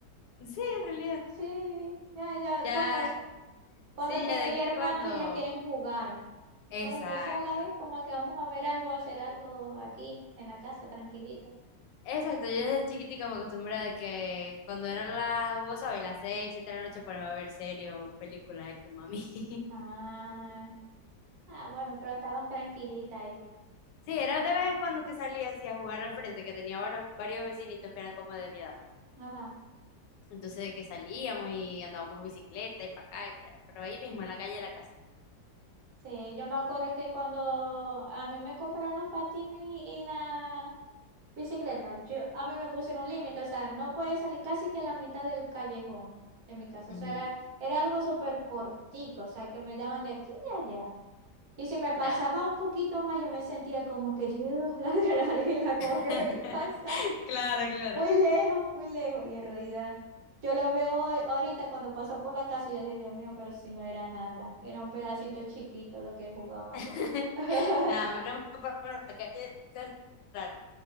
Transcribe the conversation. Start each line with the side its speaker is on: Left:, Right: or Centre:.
Left: Sí, en realidad.
Right: Sí, ya, ya,
Left: Ya,
Right: bueno, Cuando
Left: sí,
Right: tenéis
Left: ya de que
Right: hermanas,
Left: cuando.
Right: ellas quieren jugar.
Left: Exacto.
Right: Cuando estoy sola es como que vamos a ver algo, a hacer algo aquí en la casa, tranquilito.
Left: Exacto, yo desde chiquitica me acostumbré de que cuando eran las, vos sabés, las seis, siete de la noche ponerme a ver series o películas de Kumami. <laughs>
Right: Ah, ah, bueno, pero estabas tranquilita ahí.
Left: Sí, era de vez en cuando que salía así a jugar al frente, que tenía varios, varios vecinitos que eran como de mi edad.
Right: Ajá.
Left: Entonces de que salíamos y andábamos bicicleta y para acá, y pa' allá, pero ahí mismo, en la calle de la casa.
Right: Sí, yo me acuerdo que cuando a mí me compraron los patines y, y la bicicleta, yo, a mí me pusieron un límite, o sea, no podía salir casi que la mitad del callejón de mi casa.
Left: Ujú,
Right: O sea, era, era algo súper cortico, o sea, que me daban de aquí y allá. Y si me pasaba
Left: ya.
Right: un poquito más, yo me sentía como que yo, <laughs> la adrenalina, como
Left: <laughs>
Right: que me estoy pasando.
Left: Claro, claro.
Right: Muy lejos, muy lejos. Y en realidad, yo lo veo hoy- ahorita cuando paso por la casa y yo dije, Dios mío, pero si no era nada. Era un pedacito chiquito lo que jugaba
Left: <laughs>
Right: yo. <laughs>
Left: Nada, me lo por la calle de mi casa, claro,